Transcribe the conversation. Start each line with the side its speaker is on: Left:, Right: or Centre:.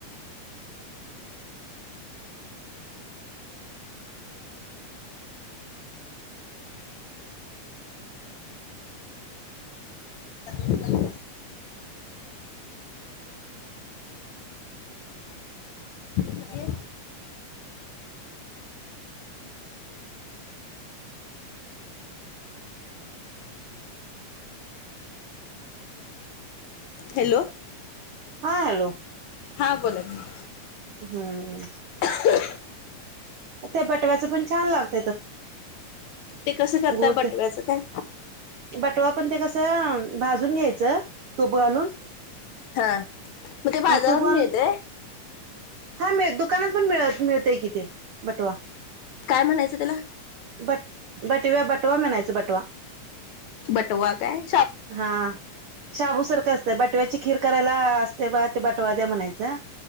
Left: काम चालू. हॅलो
Right: हा हॅलो
Left: हां बोला म
Right: हम्म
Left: असच
Right: ते बटव्याच पण छान लागत
Left: ते कसं करतय
Right: गुळ
Left: बटव्याचं
Right: ते
Left: काय
Right: बटवा पण ते कसं भाजून घ्यायचं तूप घालून
Left: हा मग ते बाजारात
Right: आणि तूप घालून
Left: मिळते
Right: हा मिळ दुकानात पण मिळत मिळतय किथे बटवा
Left: काय म्हणायचं त्याला
Right: बट बटव्या बटवा म्हनायच बटवा
Left: बटवा कायु
Right: हा शाबूसारखं असतं बटव्याची खीर करायला असते बा ते बटवा द्या म्हणायचं